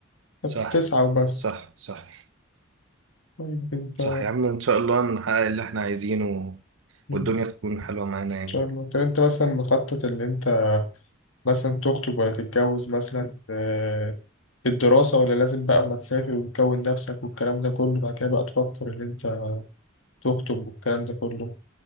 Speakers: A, on the right; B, on the left.
A: صح
B: انت بتسعى وبس
A: صح صح
B: طيب انت
A: صح يا عم ان شاء الله نحقق اللي احنا عايزينه
B: مم.
A: والدنيا
B: ان
A: تكون حلوة معانا يعني
B: شاء الله طب انت مثلا مخطط اللي انت مثلا تخطب ولا تتجوز مثلا آه، الدراسة ولا لازم بقى أما تسافر وتكون نفسك والكلام ده كله بعد كده بقى تفكر إن أنت تخطب والكلام ده كله